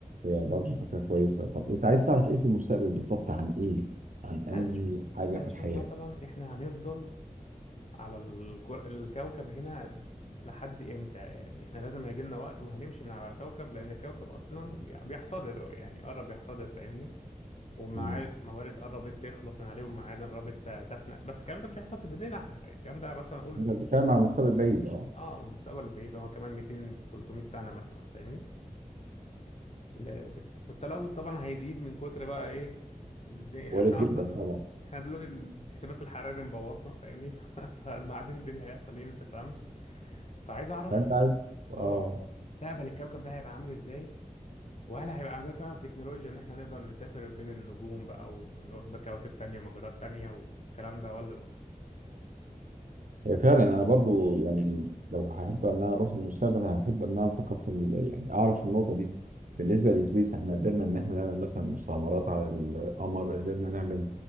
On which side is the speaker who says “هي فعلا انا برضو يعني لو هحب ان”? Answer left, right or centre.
Right